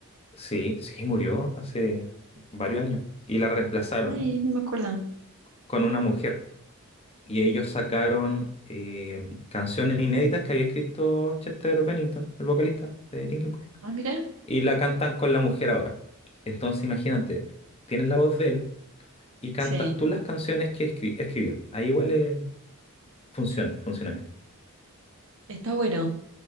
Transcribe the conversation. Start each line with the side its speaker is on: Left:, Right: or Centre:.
Left: sí, sí, murió hace varios años. Y la reemplazaron
Right: Ay, no me acuerdo.
Left: con una mujer. Y ellos sacaron eh, canciones inéditas que había escrito Chester Bennington, el vocalista de Linkin Park.
Right: Ah, mirá.
Left: Y la cantan con la mujer ahora. Entonces imagínate, tienes la voz de él y cantas
Right: Sí,
Left: tú las canciones que escri- escribió. Ahí igual eh, funciona, funciona bien.
Right: está bueno.